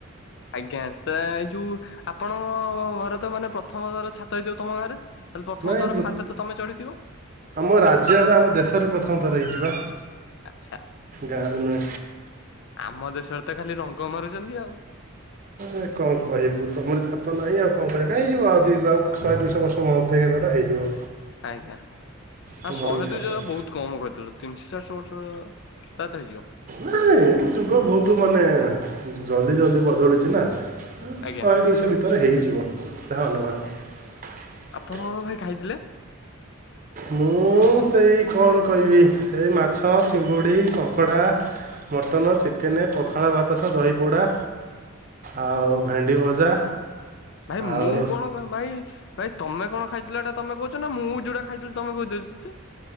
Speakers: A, on the left; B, on the right.
A: ଆଜ୍ଞା ସା ଯୋଉ ଆପଣଙ୍-ଅ-ଅ-ଅ ଘରେ ତ ମାନେ ପ୍ରଥମ ଘର ଛାତ ହେଇଥିବ ତମ ଗାଁରେ? ତାହେଲେ ପ୍ରଥମ
B: ନାଇଁ
A: ଥର ଫାଷ୍ଟ ତ ତମେ ଚଢିଥିବ
B: ଆମ ରାଜ୍ୟରେ, ଆମ ଦେଶରେ ପ୍ରଥମ ଥର ହେଇଚିବା।
A: ଆଚ୍ଛା।
B: ଗାଁ ରେ ନୁଆ
A: ଆମ ଦେଶରେ ତ ଖାଲି ରଙ୍ଗ ମାରୁଛନ୍ତି ଆଉ।
B: ସେ କଣ କହିବୁ ତୁମର ଛାତ ନାହିଁ ଆଉ କଣ କରିବ। ହେଇଯିବ ଆଉ ଦୁଇ ଆଉ ଶହେ ଦୁଇଶହ ବର୍ଷ ଅ ଅପେକ୍ଷା କର ହେଇଯିବ।
A: ଆଜ୍ଞା
B: ତମର
A: ଆ ଶହେ
B: ବି ଛାତ।
A: ଦୁଇ ଜ ବହୁତ କମ କରିଦେଲେ। ତିନିଶହ ଚାରିଶହ ବର୍ଷ-ଅ-ଅ ସାୟାତ ହେଇଯିବ।
B: ନାଇ ଯୁଗ ବହୁତ ମାନେ ଜଲଦି ଜଲଦି ବଦଳୁଛି ନା। ଶହେ
A: ଆଜ୍ଞା
B: ଦୁଇଶହ ଭିତରେ ହେଇଯିବ ଯାହା ଅନୁମାନ।
A: କଣ କଣ ଭାଇ ଖାଇଥିଲେ?
B: ମୁଁ-ଉ-ଉ-ଉ ସେଇ କଣ କହିବି ସେଇ ମାଛ, ଚିଙ୍ଗୁଡ଼ି, କଙ୍କଡ଼ା ମଟନ, ଚିକେନ, ପଖାଳ ଭାତ ସହିତ ଦହିପୋଡ଼ା। ଆଉ ଭେଣ୍ଡି ଭଜା
A: ଭାଇ ମୁଁ
B: ଆଉ
A: କଣ ମାଇ ଭାଇ ତମେ କଣ ଖାଇଥିଲ ଏଇଟା ତମେ କହୁଛ ନା ମୁଁ ଯୋଉଟା ଖାଇଥିଲି ତମେ କହିଦଉଛ ଯେ।